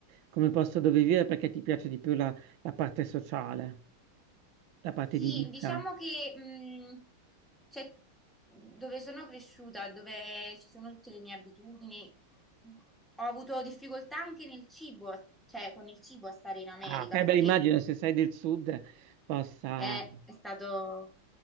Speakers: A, on the right; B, in the centre.
A: come posto dove vivere perché ti piace di più la la parte sociale, la parte
B: Sì,
A: di vita.
B: diciamo che mh, cioè, dove sono cresciuta, dove ci sono tutte le mie abitudini, ho avuto difficoltà anche nel cibo, cioè con il cibo a stare in America,
A: Ah, ok,
B: perché
A: beh, immagino se sei del sud possa...
B: è è stato...